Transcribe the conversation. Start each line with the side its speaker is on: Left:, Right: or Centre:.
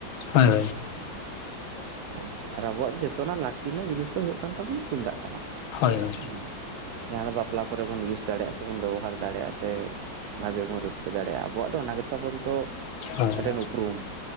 Left: ᱦᱳᱭ
Right: ᱟᱨ ᱟᱨ ᱟᱵᱚᱣᱟᱜ ᱡᱚᱛᱚᱱᱟᱜ ᱞᱟᱹᱠᱛᱤ ᱨᱮᱱᱟᱜ ᱡᱤᱱᱤᱥ ᱫᱚ ᱦᱩᱭᱩᱜ ᱠᱟᱱ ᱛᱟᱵᱚᱱᱟ ᱛᱩᱢᱫᱟᱜ ᱴᱟᱢᱟᱠ
Left: ᱦᱳᱭ ᱦᱳᱭ
Right: ᱦᱩᱸ ᱡᱟᱦᱟᱸ ᱫᱚ ᱵᱟᱯᱞᱟ ᱠᱚᱨᱮ ᱵᱚᱱ ᱤᱭᱩᱥ ᱫᱟᱲᱮᱭᱟᱜᱼᱟ ᱥᱮ ᱵᱚᱱ ᱵᱮᱵᱚᱦᱟᱨ ᱫᱟᱲᱮᱭᱟᱜᱼᱟ ᱥᱮ ᱵᱷᱟᱜᱮ ᱵᱚᱱ ᱨᱟᱹᱥᱠᱟᱹ ᱫᱟᱲᱮᱭᱟᱜᱼᱟ ᱟᱵᱚᱣᱟᱜ ᱫᱚ ᱚᱱᱟ ᱜᱮᱛᱟᱵᱚᱱ ᱛᱚ
Left: ᱦᱳᱭ ᱦᱳᱭ
Right: ᱢᱤᱫᱴᱮᱱ ᱩᱯᱨᱩᱢ